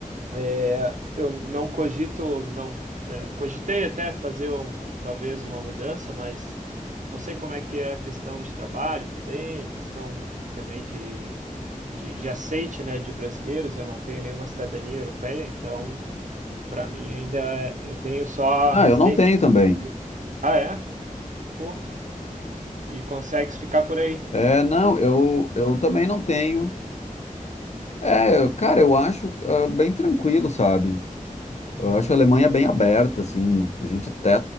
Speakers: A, on the right; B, on the left.
A: É, eu não cogito, não, é, cogitei até fazer uma, talvez uma mudança, mas não sei como é que é a questão de trabalho também, questão também de, de, de aceite, né, de brasileiros. Eu não tenho nenhuma cidadania europeia, então, para mim, ainda é- eu tenho só a
B: Ah,
A: residência
B: eu não tenho
A: aqui
B: também.
A: no Brasil. Ah, é? Pô, e consegues ficar por aí?
B: É, não, eu, eu também não tenho. É, eu- cara, eu acho ah, bem tranquilo, sabe?
A: Uhum.
B: Eu acho a Alemanha bem aberta, assim. A gente até,